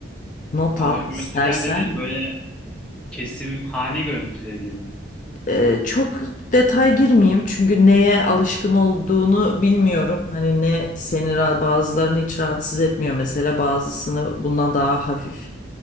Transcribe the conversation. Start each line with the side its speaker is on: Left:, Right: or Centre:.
Left: Not
Centre: Ağır
Left: al
Centre: görseller
Left: istersen.
Centre: dediğin böyle kesim hane görüntüleri gibi mi?
Left: Ee, çok detay girmeyeyim çünkü neye alışkın olduğunu bilmiyorum. Hani ne seni ra- bazılarını hiç rahatsız etmiyor mesela bazısını bundan daha hafif